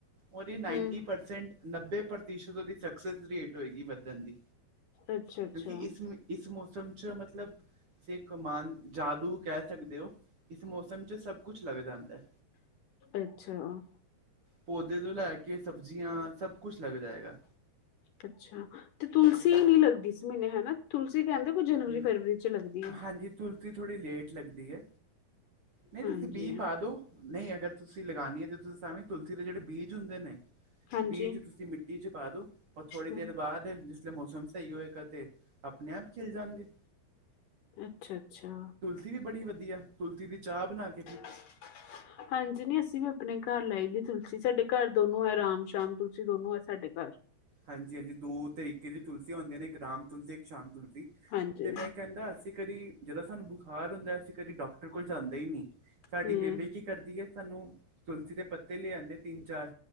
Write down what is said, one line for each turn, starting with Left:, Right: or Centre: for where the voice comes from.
Right: ਉਹ ਨਾਈਨਟੀ
Left: ਹਮ
Right: ਪਰਸੈਂਟ। ਨੱਬੇ ਪ੍ਰਤੀਸ਼ਤ ਉਹਦੀ ਸਕਸੈਸ ਰੇਟ ਹੋਏਗੀ ਵੱਧਣ ਦੀ।
Left: ਅੱਛਾ ਅੱਛਾ
Right: ਕਿਉਂਕਿ ਇਸ ਇਸ ਮੌਸਮ ਚ ਮਤਲਬ ਏਕ ਸਮਾਨ ਜਾਦੂ ਕਹਿ ਸਕਦੇ ਹੋ। ਇਸ ਮੌਸਮ 'ਚ ਸਭ ਕੁਛ ਲੱਗ ਜਾਂਦਾ ਹੈ।
Left: ਅੱਛਾ
Right: ਪੌਦੇ ਤੋਂ ਲੈ ਕੇ ਸਬਜ਼ੀਆਂ ਸਭ ਕੁਛ ਲੱਗ ਜਾਏਗਾ।
Left: ਅੱਛਾ ਤੇ ਤੁਲਸੀ ਨੀ ਲੱਗਦੀ ਸੀ ਮੀਨੇ ਹੇਨਾ ਤੁਲਸੀ ਕੇਂਦੇ ਕੋਈ ਜਨਵਰੀ
Right: ਨ-
Left: ਫਰਵਰੀ ਚ ਲੱਗਦੀ ਐ।
Right: ਹਾਂਜੀ ਤੁਲਸੀ ਥੋੜ੍ਹੀ ਲੇਟ ਲੱਗਦੀ ਐ। ਨਈ
Left: ਹਾਂਜੀ
Right: ਤੁਸੀਂ ਬੀਹ ਪਾ ਦੋ। ਨਈ ਅਗਰ ਤੁਸੀਂ ਲਗਾਨੀ ਐ ਤੇ ਤੁਸੀਂ <unintelligible> ਤੁਲਸੀ ਦੇ ਜਿਹੜੇ ਬੀਜ ਹੁੰਦੇ ਨੇ।
Left: ਹਾਂਜੀ
Right: ਬੀਜ ਤੁਸੀਂ ਮਿੱਟੀ ਚ ਪਾ ਦੋ, ਔਰ ਥੋੜ੍ਹੀ
Left: ਹਮ
Right: ਦੇਰ ਬਾਦ। ਮੌਸਮ ਸਈ ਹੋਏਗਾ ਤੇ, ਆਪਨੇ ਆਪ ਖਿਲ ਜਾਨਗੇ
Left: ਅੱਛਾ-ਅੱਛਾ।
Right: ਤੁਲਸੀ ਵੀ ਬੜੀ ਵਧੀਆ ਤੁਲਤੀ ਦੀ ਚਾਹ ਬਣਾ ਕ
Left: <inaudible> ਹਾਂਜੀ, ਨੀ ਅਸੀਂ ਵੀ ਆਪਨੇ ਘਾਰ ਲਾਈ ਦੀ ਤੁਲਸੀ, ਸਾਡੇ ਘਾਰ ਦੋਨੋ ਐ ਰਾਮ ਸ਼ਾਮ ਤੁਲਸੀ ਦੋਨੋ ਐ ਸਾਡੇ ਘਾਰ।
Right: ਹਾਂਜੀ-ਹਾਂਜੀ ਦੋ ਤਰੀਕੇ ਦੀ ਤੁਲਸੀਆਂ ਹੁੰਦੀਆਂ ਨੇ, ਇੱਕ ਰਾਮ ਤੁਲਸੀ ਇੱਕ ਸ਼ਾਮ ਤੁਲਸੀ,
Left: ਹਾਂਜੀ
Right: ਤੇ ਮੈਂ ਕੇਂਦਾ ਅਸੀਂ ਕਦੀ ਜਦੋਂ ਸਾਨੂੰ ਬੁਖਾਰ ਹੁੰਦਾ ਅਸੀਂ ਕਦੀ ਡਾਕਟਰ ਕੋਲ ਜਾਂਦੇ ਈ ਨੀ। ਸਾਡੀ
Left: ਹੂੰ
Right: ਬੇਬੇ ਕਿ ਕਰਦੀ ਐ ਸਾਨੂੰ ਤੁਲਸੀ ਦੇ ਪੱਤੇ ਲੈ ਆਂਦੇ ਤਿੰਨ ਚਾਰ